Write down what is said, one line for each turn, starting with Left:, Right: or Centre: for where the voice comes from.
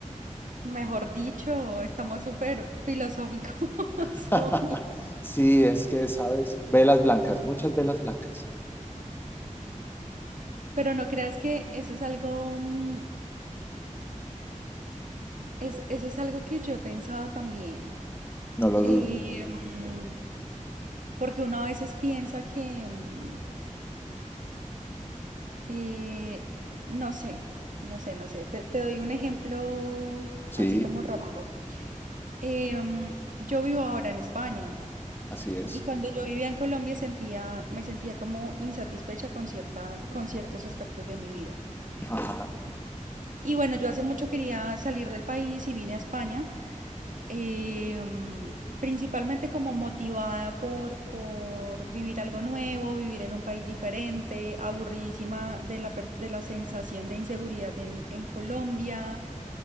Right: Mejor dicho, estamos súper filosóficos
Left: <laughs>
Right: <laughs> hoy.
Left: Sí, es que, ¿sabes? Velas blancas, muchas velas blancas.
Right: Pero no creas que eso es algo, mm, es, eso es algo que yo he pensado también.
Left: No lo
Right: Eh,
Left: dudo.
Right: mm, porque uno a veces piensa que, mm, eh, no sé, no sé, no sé. Te, te doy un ejemplo
Left: Sí,
Right: así como rápido. Em, yo vivo ahora en España.
Left: así es.
Right: Y cuando yo vivía en Colombia sentía, me sentía como insatisfecha con cierta, con ciertos aspectos de mi vida.
Left: Ajá.
Right: Y bueno, yo hace mucho quería salir del país y vine a España, em, principalmente como motivada por, por vivir algo nuevo, vivir en un país diferente, aburridísima de la, pers- de la sensación de inseguridad en, en Colombia,